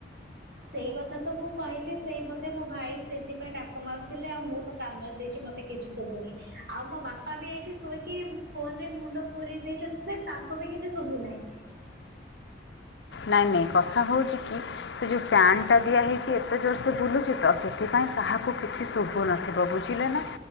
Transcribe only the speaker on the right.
ସେଇ କଥା ତ ମୁଁ କହିଲି ସେଇ ବୋଧେ ମୋ ଭାଇ ସେଥିପାଇଁ ଡାକ ମାରୁଥିଲେ ଆଉ ମୁଁ ତ କାନରେ ଦେଇଛି ମତେ କିଛି ଶୁଭୁନି ଆଉ ମୋ ବାପା ବି ଏଇଠି ଶୋଇକି ଫୋନ୍ରେ ମୁଣ୍ଡ ପୁରେଇ ଦେଇଛନ୍ତି ଯେ ତାଙ୍କୁ ବି କିଛି ଶୁଭୁ ନାହିଁ।